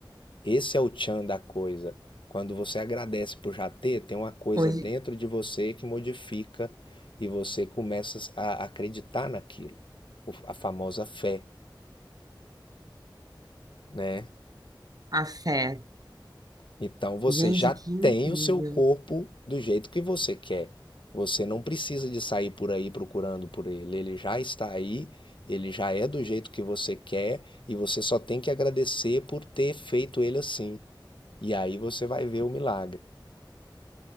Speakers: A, on the left; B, on the right.
A: Esse é o tchan da coisa. Quando você agradece por já ter, tem uma coisa
B: Hoje,
A: dentro de você que modifica e você começa a acreditar naquilo. A famosa fé, né?
B: a fé.
A: Então você
B: Gente,
A: já
B: que incrível.
A: tem o seu corpo do jeito que você quer. Você não precisa de sair por aí procurando por ele. Ele já está aí, ele já é do jeito que você quer e você só tem que agradecer por ter feito ele assim. E aí você vai ver o milagre.